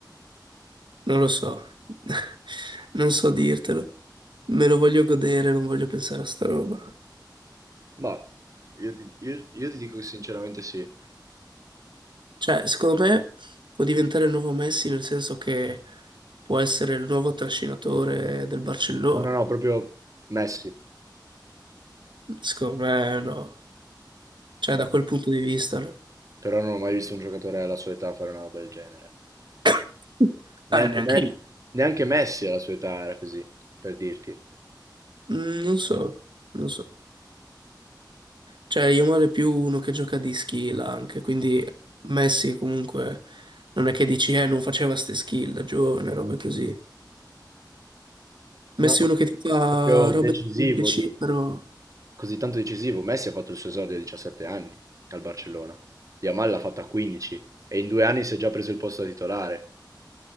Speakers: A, on the right; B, on the right.
A: Non lo so, <laughs> non so dirtelo. Me lo voglio godere, non voglio pensare a sta roba.
B: Ma io ti, io- io ti dico che sinceramente sì.
A: Cioè, secondo me può diventare il nuovo Messi nel senso che può essere il nuovo trascinatore del Barcellona.
B: No, no, no, proprio Messi.
A: Secondo me no. Cioè,
B: Beh,
A: da quel punto di vista no.
B: però non ho mai visto un giocatore alla sua età fare una roba del genere.
A: <coughs>
B: Neanche
A: Ah, neanche
B: me
A: io.
B: neanche Messi alla sua età era così, per dirti.
A: Mm, non so, non so. Cioè, Yamal è più uno che gioca di skill anche, quindi Messi comunque non è che dici, eh, non faceva ste skill da giovane, robe così. Messi
B: No, no,
A: uno che ti fa
B: proprio
A: robe
B: decisivo,
A: di PC,
B: de-
A: però
B: così tanto decisivo. Messi ha fatto il suo esordio a 17 anni al Barcellona. Yamal l'ha fatta a 15 e in due anni si è già preso il posto da titolare.